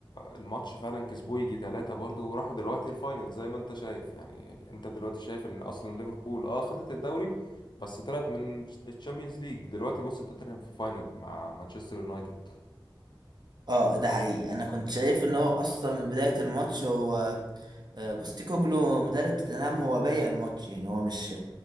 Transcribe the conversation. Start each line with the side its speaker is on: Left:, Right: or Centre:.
Left: الماتش فعلا كسبوه يجي ثلاثة برضو وراحوا دلوقتي الفاينل زي ما انت شايف يعني انت دلوقتي شايف ان اصلا ليفربول اه خدت الدوري بس طلعت من الشامبيونز ليج دلوقتي بص توتنهام في فاينل مع مانشستر يونايتد
Right: اه ده حقيقي انا كنت شايف ان هو اصلا من بداية الماتش هو آه، بوستيكوجلو مدرب توتنهام هو بايع الماتش يعني هو مش